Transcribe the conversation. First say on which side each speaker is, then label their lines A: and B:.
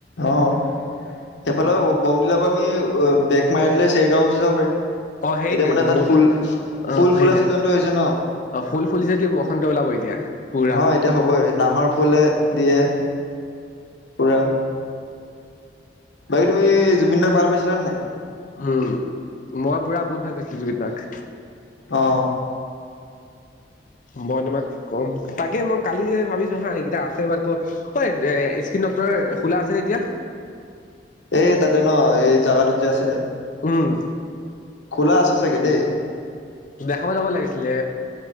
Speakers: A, on the left; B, on the left.
A: অ' সেইফালে বম দিলাৰ পৰা আমি বেক মাৰি দিলে চেৰগাঁও গুচি যাব পাৰিম
B: অ' সেইটোৱে
A: এতিয়া মানে তাত
B: ব
A: ফুল
B: অ'
A: ফুল ফুলা
B: সেইটোৱে
A: ছিজনটো হৈছে ন,
B: অ' ফুল ফুলিছে যদি বসন্ত ওলাব এতিয়া পুৰা
A: অ' এতিয়া হবই নাহৰ ফুলে দিয়ে পুৰা বাকী তুমি জুবিন দাক ভাল পাইছা পাইছিলান নাই
B: উম মই পুৰা বহুত ভাল পাইছিলো জুবিন দাক
A: অ
B: মই তোমাক কম তাকে মই কালি যে ভাবিছো হা এইকেইটা আছে বাট ক ঐ এ স্কিন ডক্তৰ খোলা আছেনে এতিয়া
A: এই তাতে ন এই জাগাটোত যে আছিলে
B: উম
A: খোলা আছে চাগে দেই
B: দেখাব যাব লাগিছিলে